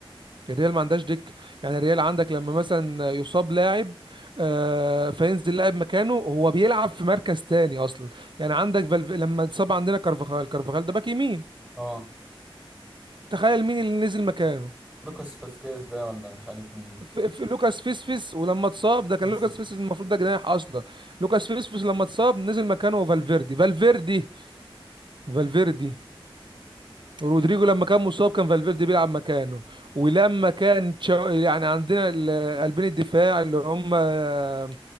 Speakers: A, on the right (about 55°); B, on the right (about 15°).
A: الريال ما عندهاش دكه يعني الريال عندك لما مثلا يصاب لاعب آه فينزل لاعب مكانه هو بيلعب في مركز تاني اصلا يعني عندك فالف... لما اتصاب عندنا كارفاخال كارفاخال ده باك يمين
B: اه
A: تخيل مين اللي نزل مكانه
B: لوكاس فاسكيز ده ولا مش عارف مين
A: في في لوكاس فيسفيس ولما اتصاب ده كان
B: <laughs> بس-
A: لوكاس فيسفيس المفروض ده جناح اصلا لوكاس فيسفيس لما اتصاب نزل مكانه فالفيردي فالفيردي فالفيردي رودريجو لما كان مصاب كان فالفيردي بيلعب مكانه ولما كان تشا- يعني عندنا ال- قلبين الدفاع اللي هم آه،